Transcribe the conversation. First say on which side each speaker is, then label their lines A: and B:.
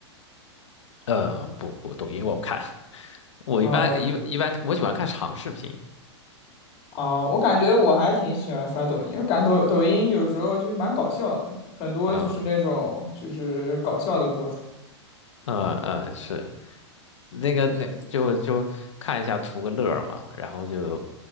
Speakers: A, on the left; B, on the left.
A: 嗯，不不，抖音我不看，<laughs> 我一般一一般我喜欢看长视频。
B: 啊啊、我感觉我还挺喜欢刷抖音，因为感抖抖音有时候就是蛮搞笑的，很多就是那种就是搞笑的博主。
A: 嗯嗯嗯，是。那个那就就看一下图个乐儿嘛，然后就